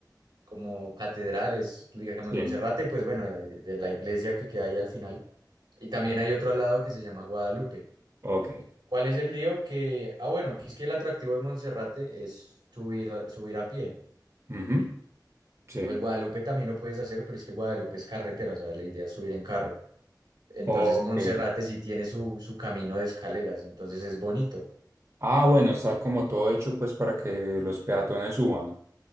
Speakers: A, on the right; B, on the right.
A: Como catedrales, digamos,
B: Sí,
A: Monserrate, pues bueno, de, de la iglesia que queda ahí al final. Y también hay otro al lado que se llama Guadalupe.
B: ok.
A: ¿Cuál es el lío? Que, ah, bueno, que es que el atractivo de Monserrate es subir, subir a pie.
B: ujú, Sí,
A: Pues Guadalupe también lo puedes hacer, pero es que Guadalupe es carretera, o sea, la idea es subir en carro. Entonces
B: ok.
A: Monserrate sí tiene su, su camino de escaleras, entonces es bonito.
B: Ah, bueno, está como todo hecho pues para que los peatones suban.